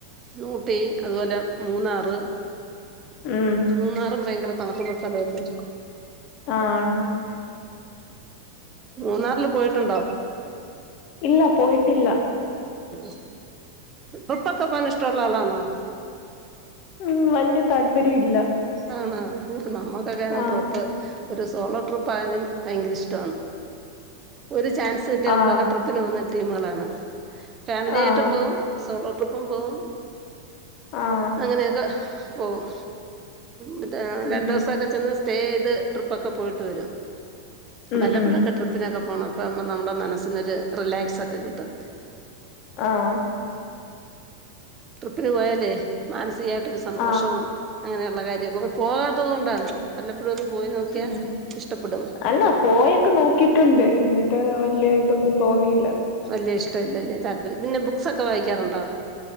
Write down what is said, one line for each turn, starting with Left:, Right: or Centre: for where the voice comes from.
Right: നൂട്ടി അതുപോലെ മൂന്നാറ്
Left: ഉം
Right: മൂന്നാറും ഭയങ്കര തണുപ്പൊള്ള സ്ഥലല്ലേ
Left: ആണ്
Right: ഉം മൂന്നാറില് പോയിട്ടുണ്ടോ?
Left: ഇല്ല പോയിട്ടില്ല
Right: ഉം ട്രിപ്പൊക്കെ പോകാൻ ഇഷ്ട ഉള്ള ആളാണോ?
Left: ഉം വല്യ താല്പര്യ ഇല്ല
Right: ആഹ് ഹാ നമ്മുക്കൊക്കെ
Left: ആഹ്
Right: ട്രിപ്പ് ഒരു സോളോ ട്രിപ്പ് ആയാലും ഭയങ്കര ഇഷ്ടണ് ഒരു ചാൻസ് കിട്ടിയ നമ്മളൊക്കെ
Left: ആഹ്
Right: ട്രിപ്പിന് പോന്ന ടീമുകളാണ് ഫാമിലി
Left: ആഹ്
Right: ആയിട്ടും പോവും സോളോ ട്രിപ്പും പോവും
Left: ആഹ്
Right: അങ്ങനെയൊക്കെ പോകും മ് രണ്ടു
Left: ഉം
Right: ദിവസൊക്കെ ചെന്ന് സ്റ്റേ ചെയ്ത് ട്രിപ്പൊക്കെ പോയിട്ട് വരും
Left: ഉം
Right: വല്ലപ്പോഴൊക്കെ
Left: ഉം
Right: ട്രിപ്പിനൊക്കെ പോണം അപ്പ നമ്മുടെ മനസ്സിനൊരു റിലാക്സ് ഒക്കെ കിട്ടും
Left: ആഹ്
Right: ട്രിപ്പിന് പോയാല് മാനസികായിട്ടൊരു സന്തോഷവും
Left: ആഹ്
Right: അങ്ങനെയുള്ള കാര്യൊക്കെ പോകാത്തത് കൊണ്ടാണ് വല്ലപ്പോഴും ഒന്ന് പോയി നോക്കിയാൽ
Left: ഉം
Right: ഇഷ്ടപ്പെടും
Left: അല്ല പോയൊക്കെ നോക്കിട്ടുണ്ട് എന്നിട്ട് ട്ട് വല്യ ഇതൊന്നും തോന്നിയില്ല
Right: വല്യ ഇഷ്ടല്ലല്ലേ താല്പര്യം പിന്നെ ബുക്സൊക്കെ വായിക്കാറുണ്ടോ?